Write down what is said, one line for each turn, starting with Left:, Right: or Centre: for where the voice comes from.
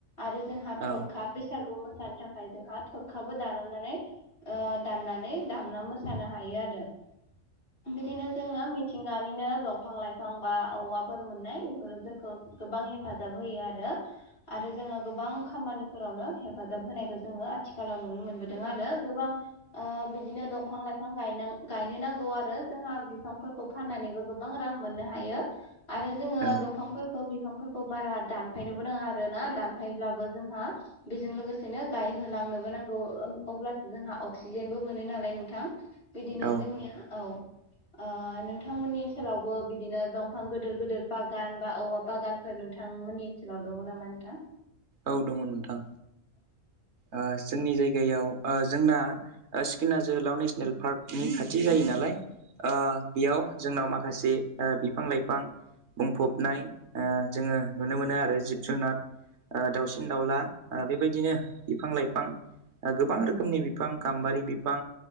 Left: आरो जोंहा थरखा
Right: औ
Left: बैसागु मोसा मोसानो थाखाय जोंहा थरखाबो दानालानै दाननानै दामना मोसानो हायो आरो <inaudible> बिदिनो जोंनो मिथिंगानिनो दंफां लाइफां बा औवाफोर मोननाय बेफोरो जोंखौ। गोबां हेफाजाब होयो आरो आरो जोङो गोबां खामानिफोरावनो हेफाजाब होनायखौ जोङो आथिखालाव नुनो मोनबोदों आरो गोबां ओ बिदिनो दंफां लाइफां गायनां गायनो नांगौ आरो जोंहा बिफांफोरखौ फाननानैबो गोबां रां मोननो हायो आरो जोङो
Right: औ
Left: दंफांफोरखौ। बिफांफोरखौ बारा दानफायनोबो नाङा आरो ना दानफायोब्लाबो जोंहा बेजों लोगोसेनो गायहोलां नोबो नांगौ अब्लासो जोंहा अक्सिजेनबो मोनो नालाय नोंथां। बिदिनो
Right: औ
Left: जोंनिया औ। ओ नोंथांमोननि ओनसोलावबो बिदिनो दंफां गोदोर गोदोर बागान बा औवा बागानफोर नोंथां नोंथांमोननि ओनसोलाव दङो नामा नोंथां?
Right: औ दंङ' नोंथां?
Left: <inaudible>
Right: ओ जोंनि जायगायाव ओ जोंना सिखिना जोहोलाव नेसनेल पार्कनि खाथि जायो नालाय। ओ बियाव जोंनाव माखासे बिफां लाइफां बुंफबनाय ओ जोङो नुनो मोनो आरो जिब जुनार ओ दाउसिन दाउला ओ बेबायदिनो बिफां-लाइफां ओ गोबां रोखोमनि बिफां गाम्बारि बिफां